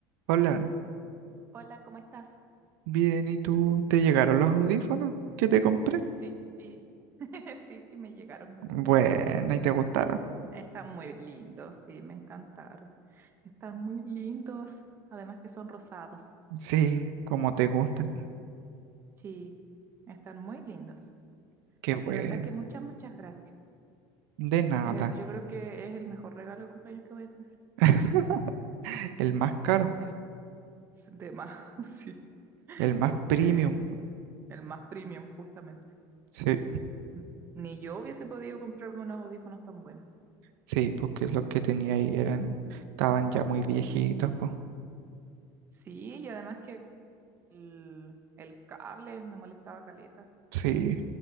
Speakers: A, on the right; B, on the right.
A: Hola,
B: Hola, ¿cómo estás?
A: bien, ¿y tú? ¿Te llegaron los audífonos que te compré?
B: Sí, sí, <laughs> sí, sí, me llegaron, muchas
A: Bueno,
B: gracias.
A: ¿y te gustaron?
B: Están muy lindos, sí, me encantaron. Están muy lindos, además que son rosados.
A: Sí, como te gustan.
B: Sí, están muy lindos.
A: Qué bueno.
B: De verdad que muchas, muchas gracias.
A: De nada.
B: Eh, yo creo que es el mejor regalo de cumpleaños que voy a tener.
A: <laughs> El más caro,
B: S- De más, <laughs> sí,
A: el más
B: porque
A: premium.
B: el más premium, justamente.
A: Sí,
B: N- Ni yo hubiese podido comprarme unos audífonos tan buenos.
A: sí, porque los que tenía ahí eran, estaban ya muy viejitos, pues.
B: Sí, y además que el, el cable me molestaba caleta,
A: Sí,